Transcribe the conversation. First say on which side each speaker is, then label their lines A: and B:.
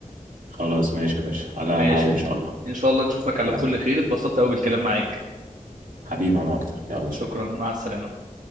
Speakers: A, on the right; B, on the right.
A: خلاص ماشي يا باشا على
B: ماشي
A: ميعاد
B: يا
A: ان
B: جميل
A: شاء الله
B: ان شاء الله نشوفك على
A: يلا
B: كل خير اتبسطت قوي بالكلام معاك
A: حبيبي انا اكتر يلا
B: شكرا
A: سلام
B: مع السلامه